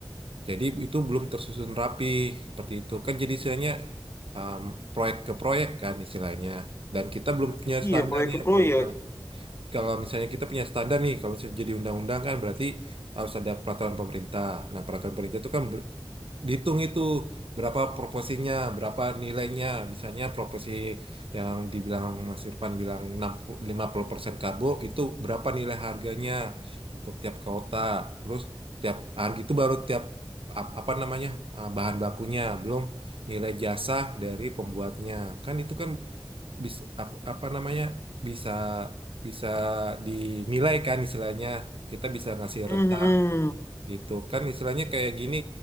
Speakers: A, on the right; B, on the left.
A: Jadi itu belum tersusun rapi seperti itu kan jadi istilahnya um, proyek ke proyek kan istilahnya dan kita belum punya
B: Iya,
A: standarnya
B: proyek ke proyek.
A: kalau misal kalau misalnya kita punya standar nih kalau misalnya jadi undang-undang kan berarti harus ada peraturan pemerintah. Nah peraturan pemerintah itu kan ber- dihitung itu berapa proporsinya, berapa nilainya. Misalnya proporsi yang dibilang Mas Irfan bilang 60 50% karbo itu berapa nilai harganya untuk tiap kota. Terus tiap harga itu baru tiap ap- apa namanya ah, bahan bakunya, belum nilai jasa dari pembuatnya. Kan itu kan bisa apa namanya bisa bisa dinilai kan istilahnya kita bisa ngasih
B: Mhm.
A: rentang gitu kan istilahnya kayak gini